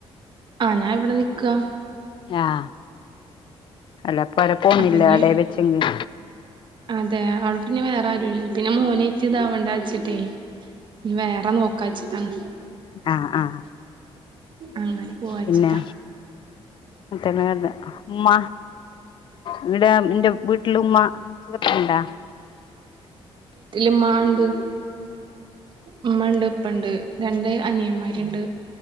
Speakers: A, on the right; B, on the left.
A: ആ് ഞാ ഇവിടെ നിക്കുക
B: ആഹ് അല്ലപ്പരെ പോന്നില്ല
A: അപ്പൊ ഇനി
B: അവിട വെച്ചെങ്കിൽ
A: അതെ അവവിടെ പിന്നെ വേറെ ആരുുംല്ല പിന്നെ മോനെത്തി ഇതാവണ്ട വച്ചിട്ടേ നീ വേറെ നോക്കാച്ചിട്ടാണ്
B: ആഹ ആഹ്
A: അങ്ങനെ പോവാച്ചിട്ടാ
B: പിന്നെ അത്തന ഉ്മ്മ ഇവിടെ എന്റെ വീട്ടില ഉമ്മ സുഖത്തിുണ്ടാ
A: മ്മ ഉണ്ട് ഉമ്മ ഉണ്ട് ഇപ്പ ഉണ്ട് രണ്ട് അനിയമാരുണ്ട്